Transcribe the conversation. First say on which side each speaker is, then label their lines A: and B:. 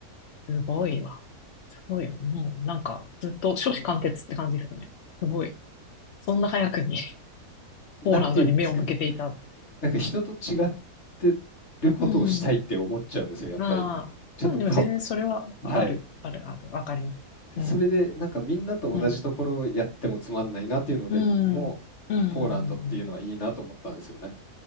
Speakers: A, on the left; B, on the left.
A: すごいわ。すごいよ。もうなんか、ずっと初志貫徹って感じですね。すごい。そんな早くに <laughs>
B: なんていうんですか、
A: ポーランドに目を向けていた。
B: なんか人と違ってることをしたいって思っちゃうんですよ、
A: うん。
B: やっぱり。
A: まあ、
B: ちょっとか、
A: まあでも全然それはある、
B: はい。
A: ある、ある、わかります。
B: で、
A: うん、
B: それで、なんかみんなと同じところをやってもつまんないなっていうので、
A: うん、うん、
B: もう、
A: うん、うん、
B: ポーランドっていうのはいいなと思ったんですよね。